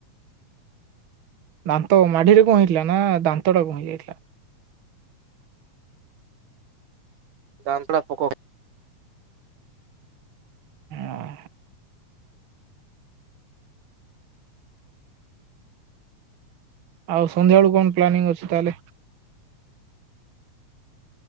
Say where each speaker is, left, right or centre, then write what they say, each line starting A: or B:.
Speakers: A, on the right; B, on the right.
A: ଦାନ୍ତ ମାଢିରେ କଣ ହେଇଥିଲା ନା ଦାନ୍ତଟାକୁ ଭାଙ୍ଗି ଯାଇଥିଲା?
B: ଦାନ୍ତଟା ପୋକ ଖାଇ
A: ଅଁ, ଆଉ ସନ୍ଧ୍ୟା ବେଳୁ କଣ ପ୍ଲାନିଂ ଅଛି ତାହେଲେ?